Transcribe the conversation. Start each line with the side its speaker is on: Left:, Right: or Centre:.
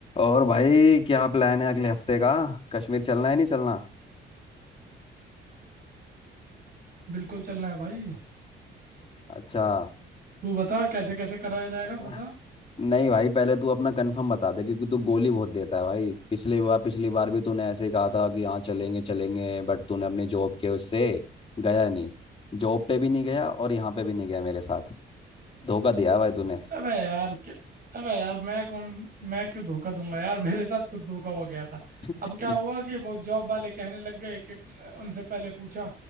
Left: और भाई क्या प्लान है अगले हफ्ते का कश्मीर चलना है नहीं चलना
Right: बिल्कुल चलना है भाई
Left: अच्छा
Right: तू बता कैसे कैसे कराया जाएगा
Left: चलना।
Right: बता
Left: नहीं भाई पहले तू अपना कंफर्म बता दे क्योंकि तू गोली बहुत देता है भाई पिछली बार पिछली बार भी तूने ऐसे ही कहा था कि हाँ चलेंगे चलेंगे बट तूने अपनी जॉब के उससे गया नहीं जॉब पे भी नहीं गया और यहाँ पे भी नहीं गया मेरे साथ धोखा दिया है भाई तूने
Right: अबे यार क्या अबे यार मैं कौन मैं क्यों धोखा दूंगा यार <laughs> मेरे साथ खुद धोखा हो गया था अब
Left: <laughs>
Right: क्या हुआ कि वो जॉब वाले कहने लग गए कि उनसे पहले पूछा